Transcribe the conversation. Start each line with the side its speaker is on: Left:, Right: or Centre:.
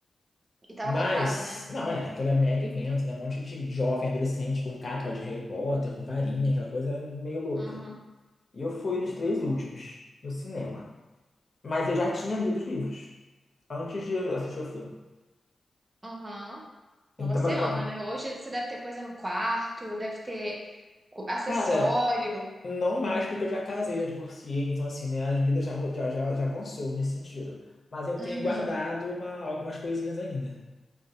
Right: E tava
Left: Mas,
Right: lotada, né?
Left: não, é, aquela mega evento, né? Um monte de jovem, adolescente com capa de Harry Potter, com varinha, aquela coisa meio louca.
Right: Uhum.
Left: E eu fui nos três últimos, no cinema. Mas eu já tinha lido os livros antes de assistir o filme.
Right: Uhum. Então,
Left: Então,
Right: Você
Left: mas,
Right: ama,
Left: mas-
Right: né? Hoje você deve ter coisa no quarto, deve ter co- acessório.
Left: cara, não mais porque eu já casei, já divorciei, então assim, né? As vidas já, ro- já, já, já avançou nesse sentido. Mas eu tenho
Right: Uhum.
Left: guardado uma, algumas coisinhas ainda.